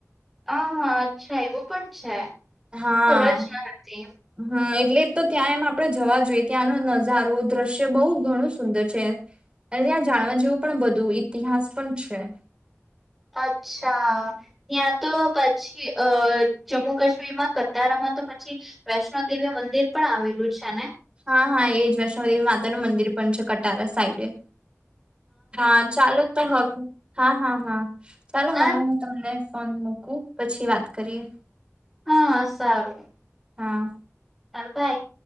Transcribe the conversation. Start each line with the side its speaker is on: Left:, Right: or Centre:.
Centre: હ હા અચ્છા એવું પણ છે
Right: હા
Centre: ખબર જ ન હતી.
Right: હમ એટલે તો ત્યાં એમ આપડે જવા જોઈએ ત્યાંનો નજારો દ્રશ્ય બહુ ઘણું સુંદર છે. અને ત્યાં જાણવા જેવું પણ બધું ઇતિહાસ પણ છે.
Centre: અચ્છા ત્યાં તો પછી અ જમ્મુ કાશ્મીરમાં કતારા માં. તો પછી વૈષ્ણો દેવી મંદિર પણ આવેલું છે ને.
Right: હા હા એજ વૈષ્ણોદેવી માતા નું મંદિર પણ છે કટારા સાઈડે. હા, ચાલો તો હવે હા, હા, હા, ચાલો
Centre: ના
Right: હવે હું તમને ફોન મૂકું પછી વાત કરીએ
Centre: હા, સારું
Right: હા
Centre: હાર ભાઈ